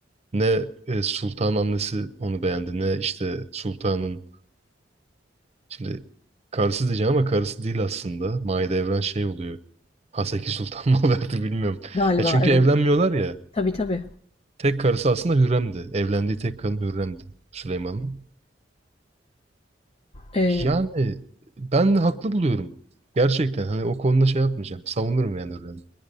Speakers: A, on the right; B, on the left.
A: Ne e, Sultan annesi onu beğendi ne işte Sultan'ın şimdi karısı diyeceğim ama karısı değil aslında. Mahidevran şey oluyor. Haseki Sultan mı <laughs> verdi bilmiyorum.
B: Galiba
A: Ya çünkü
B: evet.
A: evlenmiyorlar ya.
B: Tabii tabii.
A: Tek karısı aslında Hürrem'di. Evlendiği tek kadın Hürrem'di Süleyman'ın.
B: Ee,
A: Yani ben de haklı buluyorum. Gerçekten hani o konuda şey yapmayacağım. Savunurum yani Hürrem'i.